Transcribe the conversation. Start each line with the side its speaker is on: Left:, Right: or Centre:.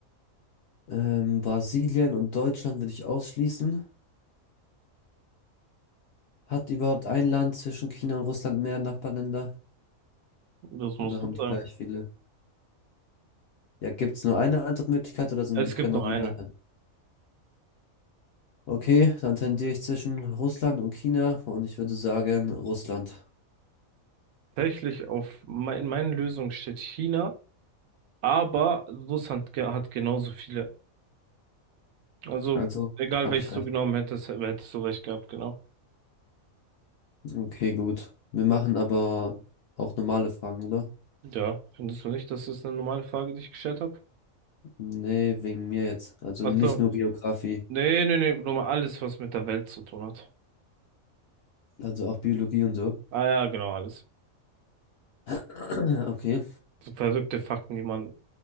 Left: ähm, Brasilien und Deutschland würde ich ausschließen. Hat überhaupt ein Land zwischen China und Russland mehr Nachbarländer?
Right: Das musst
Left: Oder haben
Right: du
Left: die
Right: sagen.
Left: gleich viele? Ja, gibt es nur eine Antwortmöglichkeit oder sind,
Right: Es gibt
Left: können
Right: nur
Left: auch mehr?
Right: eine.
Left: Okay, dann tendiere ich zwischen Russland und China und ich würde sagen Russland.
Right: Tatsächlich auf mein, in meinen Lösungen steht China, aber Russland ge- hat genauso viele. Also
Left: Also
Right: egal
Left: habe
Right: welches
Left: ich recht.
Right: du genommen hättest, hättest du recht gehabt, genau.
Left: Okay, gut. Wir machen aber auch normale Fragen, oder?
Right: Ja, findest du nicht, dass das eine normale Frage, die ich gestellt habe?
Left: Nee, wegen mir jetzt. Also
Right: Achso.
Left: nicht nur Geografie,
Right: Nee, nee, nee, nur mal alles, was mit der Welt zu tun hat.
Left: also auch Biologie und so.
Right: Ah ja, genau, alles.
Left: <clears throat> Okay.
Right: So verrückte Fakten, die man